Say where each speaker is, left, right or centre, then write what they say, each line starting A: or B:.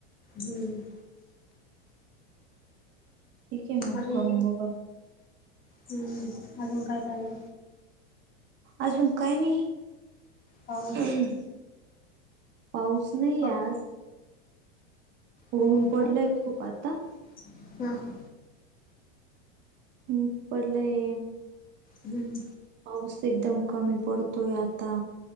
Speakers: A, on the left; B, on the right.
A: हम्म.
B: ठीक आहे मग
A: अजून
B: करून बघा
A: हम्म अजून काय चाललंय.
B: अजून काही नाही.
A: पाऊस
B: पाऊस नाही ये
A: होय
B: आज.
A: नाही
B: ऊन
A: आहे का
B: पडलंय खूप आता.
A: <unintelligible>
B: ऊन पडलंय.
A: हम्म.
B: पाऊस एकदम कमी पडतोय आता.